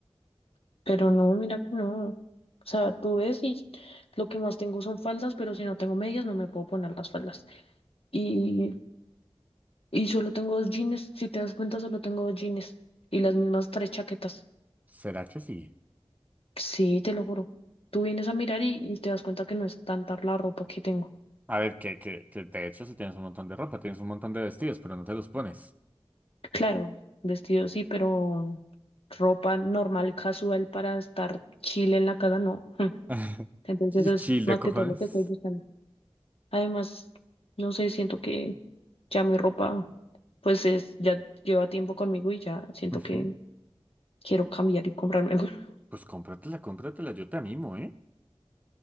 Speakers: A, on the left; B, on the right.
A: pero no, mira que no. O sea, tú ves y lo que más tengo son faldas, pero si no tengo medias no me puedo poner las faldas. Y, y solo tengo dos jeans, si te das cuenta, solo tengo dos jeans y las mismas tres chaquetas.
B: ¿Será que sí?
A: Sí, te lo juro. Tú vienes a mirar y, y te das cuenta que no es tanta la ropa que tengo.
B: A ver, que, que, que de hecho si tienes un montón de ropa, tienes un montón de vestidos, pero no te los pones.
A: Claro, vestido sí, pero ropa normal, casual para estar chile en la casa, no. <laughs>
B: <laughs>
A: Entonces
B: Sí,
A: eso
B: Chill
A: es más
B: de cojones.
A: que todo lo que estoy buscando. Además, no sé, siento que ya mi ropa, pues es, ya lleva tiempo conmigo y ya siento
B: Ujú.
A: que quiero cambiar y comprarme algo. <laughs>
B: Pues cómpratela, cómpratela, yo te animo, ¿eh?